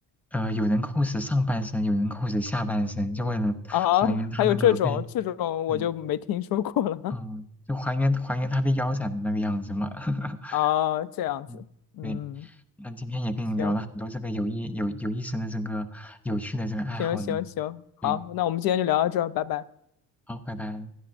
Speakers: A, in the centre; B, on the left.
A: 呃，有人 cos 上半身，有人 cos 下半身，就为了还原他那个被，
B: 啊。还有这种这种我就没听说过了
A: 对，嗯，就还原还原他被腰斩的那个样子嘛。<laughs>
B: <laughs> 啊，这样子，
A: 嗯，
B: 嗯，
A: 对，那今天也跟你聊了很多这个有意有有意思的这个有趣的这个爱好呢。
B: 行行行行，好，
A: 对，
B: 那我们今天就聊到这儿，拜拜。
A: 好，拜拜。